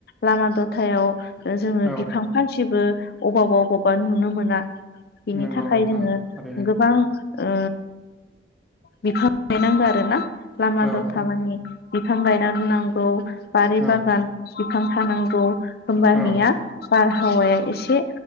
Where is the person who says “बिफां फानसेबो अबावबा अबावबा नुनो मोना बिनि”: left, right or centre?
Left